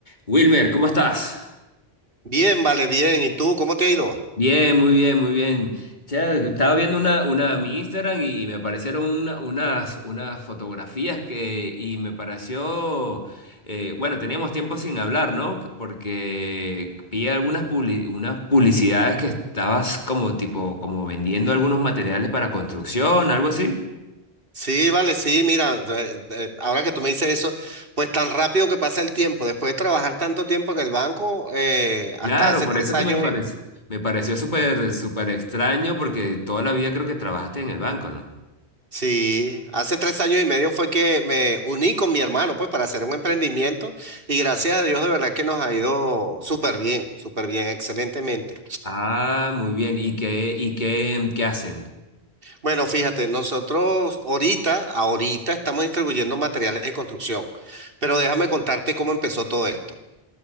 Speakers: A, on the left; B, on the right.
A: Wilmer, ¿cómo estás?
B: Bien, vale, bien. ¿Y tú cómo te ha ido?
A: Bien, muy bien, muy bien. Che, estaba viendo una, una, mi Instagram y me aparecieron una- unas, unas fotografías que, y me pareció, eh, bueno, teníamos tiempo sin hablar, ¿no? Porque vi algunas publi- unas publicidades que estabas como tipo, como vendiendo algunos materiales para construcción, algo así.
B: Sí, vale, sí, mira, eh, eh, ahora que tú me dices eso, pues tan rápido que pasa el tiempo, después de trabajar tanto tiempo en el banco, eh, hasta
A: Claro,
B: hace
A: por
B: tres
A: eso
B: años,
A: que me parece,
B: y-
A: me pareció súper, súper extraño porque toda la vida creo que trabajaste en el banco, ¿no?
B: sí, hace tres años y medio fue que me uní con mi hermano, pues para hacer un emprendimiento y gracias a Dios de verdad que nos ha ido súper bien, súper bien, excelentemente.
A: Ah, muy bien. ¿Y qué, y qué, qué hacen?
B: Bueno, fíjate, nosotros ahorita, ahorita estamos distribuyendo materiales de construcción, pero déjame contarte cómo empezó todo esto.